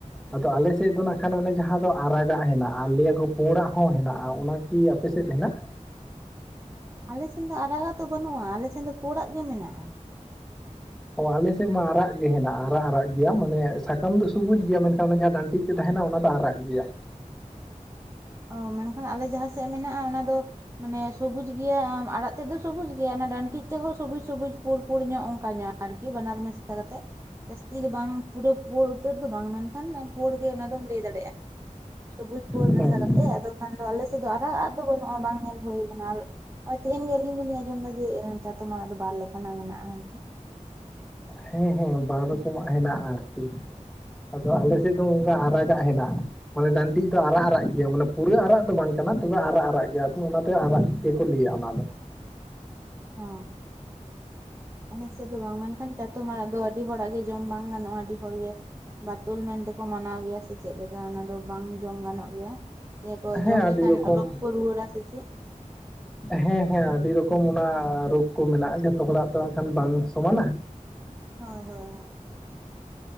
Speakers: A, in the centre; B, on the right (about 20°).
A: ᱟᱫᱚ ᱟᱞᱮ ᱥᱮᱫ ᱫᱚ ᱱᱟᱜ ᱠᱷᱟᱱ ᱚᱱᱮ ᱡᱟᱦᱟᱸ ᱫᱚ ᱟᱨᱟᱜᱟᱜ ᱦᱮᱱᱟᱜᱼᱟ ᱞᱟᱹᱭᱟᱠᱚ ᱯᱩᱸᱰᱟᱜ ᱦᱚᱸ ᱦᱮᱱᱟᱜᱼᱟ ᱚᱱᱟ ᱠᱤ ᱟᱯᱮ ᱥᱮᱫ ᱦᱮᱱᱟᱜᱼᱟ?
B: ᱟᱞᱮᱥᱮᱱ ᱫᱚ ᱟᱨᱟᱜᱟ ᱫᱚ ᱵᱟᱹᱱᱩᱜᱼᱟ ᱟᱞᱮᱥᱮᱱ ᱫᱚ ᱯᱩᱸᱰᱟᱜ ᱜᱮ ᱢᱮᱱᱟᱜᱼᱟ᱾
A: ᱚ ᱟᱞᱮ ᱥᱮᱫ ᱢᱟ ᱟᱨᱟᱜ ᱜᱮ ᱦᱮᱱᱟᱜ ᱟᱨᱟᱜ ᱟᱨᱟᱜ ᱜᱮᱭᱟ ᱢᱟᱱᱮ ᱥᱟᱠᱟᱢ ᱫᱚ ᱥᱩᱵᱩᱡ ᱜᱮᱭᱟ ᱢᱮᱱᱠᱷᱟᱱ ᱚᱱᱟ ᱡᱟᱦᱟᱸ ᱰᱟᱱᱴᱤᱜ ᱪᱤᱫ ᱛᱟᱦᱮᱱᱟ ᱚᱱᱟ ᱫᱚ ᱟᱨᱟᱜ ᱜᱮᱭᱟ᱾
B: ᱚ ᱢᱮᱱᱠᱷᱟᱱ ᱟᱞᱮ ᱡᱟᱦᱟᱸ ᱥᱮᱫ ᱢᱮᱱᱟᱜᱼᱟ ᱚᱱᱟ ᱫᱚ ᱢᱟᱱᱮ ᱥᱚᱵᱩᱡ ᱜᱮᱭᱟ ᱟᱲᱟᱜ ᱛᱮᱫ ᱫᱚ ᱥᱚᱵᱩᱡ ᱜᱮᱭᱟ ᱚᱱᱟ ᱰᱟᱱᱴᱤᱡ ᱛᱮᱫᱦᱚᱸ ᱥᱚᱵᱩᱡ ᱥᱚᱵᱩᱡ ᱯᱩᱲ ᱯᱩᱲ ᱧᱚᱜ ᱚᱱᱠᱟ ᱧᱚᱜ᱾ ᱟᱨᱠᱤ ᱵᱟᱱᱟᱨ ᱢᱮᱥᱟ ᱠᱟᱛᱮᱫ᱾ ᱡᱟᱹᱥᱛᱤ ᱫᱚ ᱵᱟᱝ ᱯᱩᱨᱟᱹ ᱯᱩᱸᱲ ᱩᱛᱟᱹᱨ ᱫᱚ ᱵᱟᱝ ᱢᱮᱱᱠᱷᱟᱱ ᱯᱩᱸᱲ ᱜᱮ ᱚᱱᱟ ᱫᱚᱢ ᱞᱟᱹᱭ ᱫᱟᱲᱮᱭᱟᱜᱼᱟ᱾ ᱥᱚᱵᱩᱡ ᱯᱩᱲ
A: ᱦᱮᱸ
B: ᱢᱮᱥᱟ ᱠᱟᱛᱮᱫ ᱟᱫᱚ ᱠᱷᱟᱱ ᱫᱚ ᱟᱞᱮ ᱥᱮᱫ ᱫᱚ ᱟᱨᱟᱜ ᱟᱜ ᱫᱚ ᱵᱟᱹᱱᱩᱜᱼᱟ ᱵᱟᱝ ᱧᱮᱞ ᱦᱩᱭ ᱠᱟᱱᱟ ᱟᱨ ᱚᱭ ᱛᱮᱦᱮᱧ ᱜᱮ ᱟᱹᱞᱤᱧ ᱫᱚᱞᱤᱧ ᱟᱸᱡᱚᱢ ᱫᱟ ᱡᱮ ᱪᱟᱛᱚᱢ ᱟᱲᱟᱜ ᱫᱚ ᱵᱟᱨ ᱞᱮᱠᱟᱱᱟᱜ ᱢᱮᱱᱟᱜᱼᱟ ᱟᱨᱠᱤ᱾
A: ᱦᱮᱸ ᱦᱮᱸ ᱵᱟᱨ ᱨᱚᱠᱚᱢᱟᱜ ᱦᱮᱱᱟᱜᱼᱟ ᱟᱨᱠᱤ᱾ ᱟᱫᱚ ᱟᱞᱮᱥᱮᱫ ᱫᱚ ᱚᱱᱠᱟ ᱟᱨᱟᱜᱟᱜ ᱦᱮᱱᱟᱜᱼᱟ᱾ ᱢᱟᱱᱮ ᱰᱟᱹᱱᱴᱤᱡ ᱫᱚ ᱟᱨᱟᱜ ᱟᱨᱟᱜ ᱜᱮᱭᱟ ᱢᱟᱱᱮ ᱯᱩᱨᱟᱹ ᱟᱨᱟᱜ ᱫᱚ ᱵᱟᱝ ᱠᱟᱱᱟ ᱛᱚᱵᱮ ᱟᱨᱟᱜ ᱟᱨᱟᱜ ᱜᱮᱭᱟ ᱟᱫᱚ ᱚᱱᱟᱛᱮ ᱟᱨᱟᱜ ᱜᱮ ᱠᱚ ᱞᱟᱹᱭᱟ ᱚᱱᱟ ᱫᱚ᱾
B: ᱚ, ᱟᱞᱮ ᱥᱮᱫ ᱫᱚ ᱵᱟᱝ ᱢᱮᱱᱠᱷᱟᱱ ᱪᱟᱛᱚᱢ ᱟᱲᱟᱜ ᱫᱚ ᱟᱹᱰᱤ ᱟᱹᱰᱤ ᱦᱚᱲᱟᱜ ᱜᱮ ᱡᱚᱢ ᱵᱟᱝ ᱜᱟᱱᱚᱜᱼᱟ ᱟᱹᱰᱤ ᱦᱚᱲᱜᱮ ᱵᱟᱫᱩᱞ ᱢᱮᱱᱛᱮᱠᱚ ᱢᱟᱱᱟᱣ ᱜᱮᱭᱟ ᱥᱮ ᱪᱮᱫ ᱞᱮᱠᱟ ᱚᱱᱟ ᱫᱚ ᱵᱟᱝ ᱡᱚᱢ ᱜᱟᱱᱚᱜ ᱜᱮᱭᱟ᱾ ᱞᱟ. ᱭᱟᱠᱚ
A: ᱦᱮᱸ
B: ᱡᱚᱢ
A: ᱟᱹᱰᱤ
B: ᱞᱮᱠᱷᱟᱱ
A: ᱨᱚᱠᱚᱢ
B: ᱨᱳᱠ ᱠᱚ ᱨᱩᱣᱟᱹᱲᱼᱟ ᱥᱮ ᱪᱮᱫ?
A: ᱦᱮᱸ ᱦᱮᱸ ᱟᱹᱰᱤ ᱨᱚᱠᱚᱢ ᱚᱱᱟ ᱨᱳᱜ ᱠᱚ ᱢᱮᱱᱟᱜᱼᱟ ᱡᱷᱚᱛᱚ ᱦᱚᱲᱟᱜ ᱛᱚ ᱟᱝᱠᱷᱟᱱ ᱵᱟᱝ ᱥᱚᱢᱟᱱᱟ᱾
B: ᱦᱳᱭ ᱦᱳᱭ ᱦᱳᱭ᱾